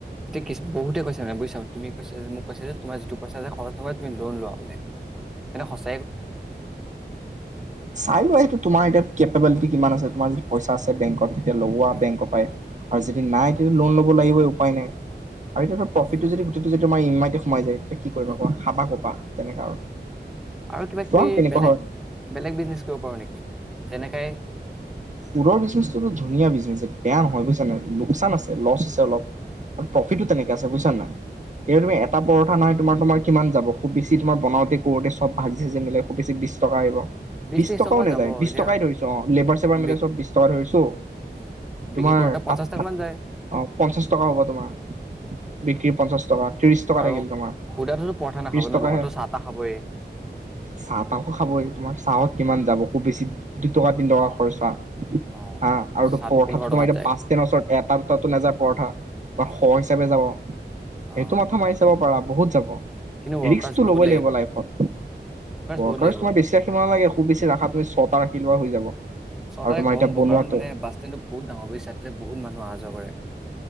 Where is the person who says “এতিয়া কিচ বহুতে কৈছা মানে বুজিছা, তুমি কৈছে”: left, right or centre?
Centre